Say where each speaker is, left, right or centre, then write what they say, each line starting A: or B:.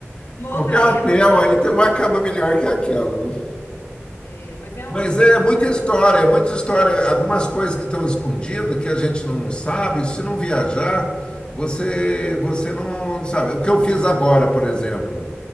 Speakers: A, on the left; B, on the left.
A: uma
B: Qualquer
A: outra
B: hotel
A: época,
B: aí
A: né? Não
B: tem uma
A: tem.
B: cama melhor que aquela, né?
A: É, mas é
B: Mas
A: um- é uma
B: é
A: outra
B: muita história, é muita história. Algumas coisas que estão escondidas, que a gente não sabe, se não viajar, você, você não sabe. O que eu fiz agora, por exemplo,